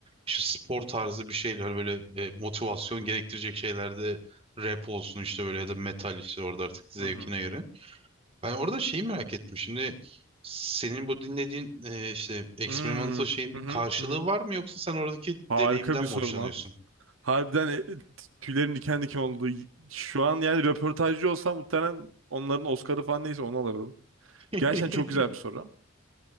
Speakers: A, on the right; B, on the right.
A: İşte spor tarzı bir şeyler böyle e, motivasyon gerektirecek şeylerde rap olsun işte böyle ya da metal işte orada artık zevkine
B: Hı hı.
A: göre. Ben orada şeyi merak ettim. Şimdi senin bu dinlediğin e, işte experimental
B: Hmm,
A: şeyin
B: Hı
A: bir
B: hı,
A: karşılığı
B: hı hı.
A: var mı yoksa sen oradaki
B: Harika
A: deneyimden
B: bir
A: mi
B: soru
A: hoşlanıyorsun?
B: lan. Harbiden e, t- tüylerim diken diken oldu. Y- Şu an yani röportajcı olsam muhtemelen onların Oscar'ı falan neyse onu alırdım.
A: <laughs>
B: Gerçekten çok güzel bir soru.